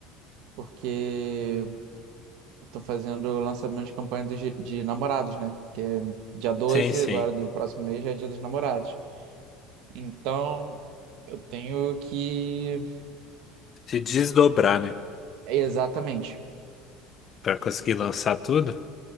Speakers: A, on the right (about 65°); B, on the left (about 40°).
A: Porque estou fazendo o lançamento de campanha dos de de namorados, né? Porque dia doze
B: Sim, sim.
A: agora do próximo mês, já é dia dos namorados. Então, eu tenho que.
B: Se desdobrar, né?
A: Exatamente.
B: Pra conseguir lançar tudo.